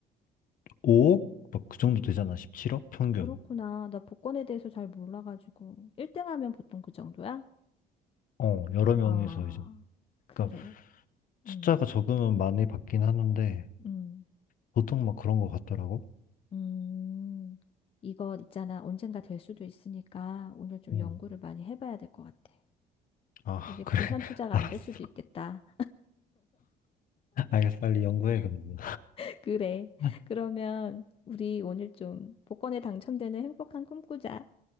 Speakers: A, on the left; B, on the left.
A: 15억? 막 그 정도 되잖아. 17억? 평균.
B: 그렇구나. 나 복권에 대해서 잘 몰라가지고. 1등 하면 보통 그 정도야?
A: 어, 여러 명이서
B: 아,
A: 이제.
B: 그래.
A: 그러니까 숫자가
B: 음,
A: 적으면 많이 받긴 하는데,
B: 음,
A: 보통 막 그런 거 같더라고.
B: 음. 이거 있잖아. 언젠가 될 수도 있으니까 오늘 좀
A: 음.
B: 연구를 많이 해봐야 될 것 같아.
A: 아,
B: 이게 분산
A: 그래.
B: 투자가
A: <laughs> 알았어.
B: 안 될 수도 있겠다.
A: 알겠어. 빨리 연구해, 그러면.
B: <laughs> 그래.
A: <laughs>
B: 그러면 우리 오늘 좀 복권에 당첨되는 행복한 꿈꾸자.